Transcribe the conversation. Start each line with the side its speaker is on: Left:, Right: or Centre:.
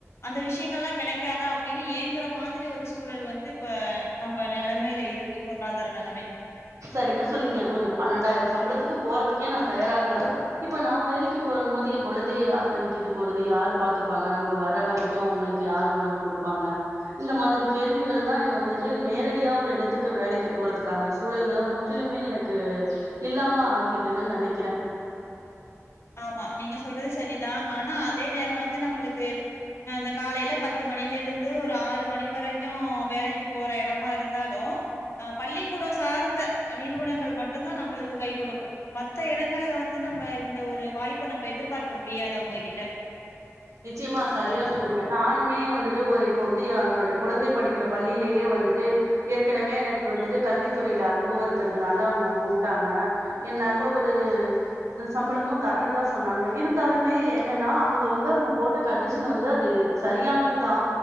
Left: அந்த விஷயங்களல்லா கெடைக்காதா அப்டின்னு ஏங்குற மாதிரி ஒரு சூழல் வந்து இப்ப நம்ப நிலைமையில இருக் பொருளாதார நெலமை
Right: சரியா சொன்னீங்க ஒரு பன்ணென்டாயிரோ சம்பளத்துக்கு போறதுக்கே நா தயாரா இருந்தாலு இப்ப நா வேலைக்கு போறங்கம் போது என கொழந்தைய யார்ட்ட விட்டுட்டு போறது யாரு பாத்துப்பாங்க நம்ப வர்ற வரைக் க்கு அவுங்ளுக்கு யாரு உணவு குடுப்பாங்க இந்த மாதிரி கேள்விகள் தா என்ன வந்துட்டு நேரடியா ஒரு இடத்துக் கு வேலக்கு போறதுக்கான சூழல்கள முற்றிலுமே எனக்கு இல்லாம ஆக்கிட்டுன்னு நெனைக்கிறே
Left: ஆமா நீங்க சொல்றது சரிதா ஆனா அதே நேரோ வந்து நம்பளுக்கு அந்த காலைல பத் து மணில இருந்து ஒரு ஆறு மணி வரைக்கு வேலக்கு போற எடமா இருந்தாலூ ஆ பள்ளிக்கூட சார்ந்த நிறுவனங்கள் மட்டுந்தா நம்மளுக்கு கை குடுக்கு மத்த எடங்கள்ல வந்து நம்ப இந்த ஒரு வாய்ப்ப நம்ம எதிர்பார்க்க முடியாது அவுங்ககிட்ட
Right: நிச்சயமா சரியா சொன்னீங்க நானுமே வந்துட்டு ஒரு இப்ப வந்து என்னுடைய குழந்தை படிக்கிற பள்ளியிலயே வந்துட்டு ஏற்கனவே எனக்கு வந்துட்டு கல்வித்துறைல அனுபவ இருக்கறதுனால அவுங்க கூப்ட்டாங்க என் நல்ல ஒரு சம்பளமு தரன்னு தா சொன்னாங்க இருந்தாலுமே என்னனா அங்க வந்து அவுங்க போட்ட கண்டிஷன் வந்து அது சரியானதுதா